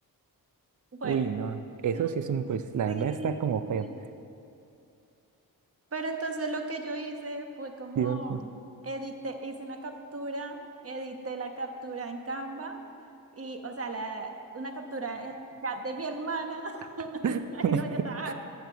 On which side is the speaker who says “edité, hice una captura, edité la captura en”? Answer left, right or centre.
Right